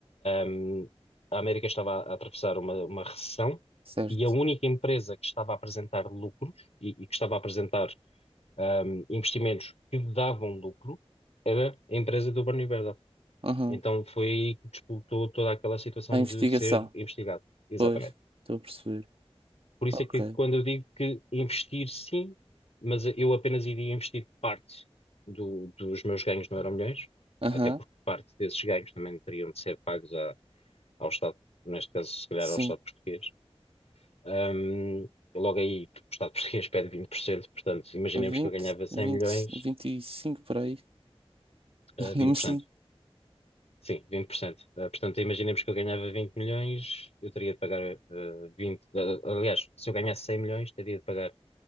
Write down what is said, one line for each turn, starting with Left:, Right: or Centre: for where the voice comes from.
Left: hum, a América estava a atravessar uma, uma recessão
Right: certo.
Left: e a única empresa que estava a apresentar lucros e, e que estava a apresentar hum, investimentos que davam lucro era a empresa do Bernie Madoff.
Right: Aham.
Left: Então foi aí que disputou toda aquela situação
Right: A investigação.
Left: de ser investigado. Exatamente.
Right: Pois, estou a perceber.
Left: Por isso
Right: Ok.
Left: é que quando eu digo que investir sim, mas eu apenas iria investir parte do- dos meus ganhos no Euromilhões,
Right: Aham.
Left: até porque parte desses ganhos também teriam de ser pagos à- ao Estado, neste caso, se calhar
Right: Sim,
Left: ao Estado português. Ahm, logo aí, o Estado português pede vinte por cento portanto, imaginemos
Right: a vinte
Left: que eu ganhava cem
Right: vinte
Left: milhões,
Right: vinte e cinco por aí.
Left: ah,
Right: <laughs> Mas
Left: vinte por
Right: sim,
Left: cento Sim, 20%. Ah, portanto, imaginemos que eu ganhava 20 milhões, eu teria de pagar ah, 20. ah, aliás, se eu ganhasse 100 milhões, teria de pagar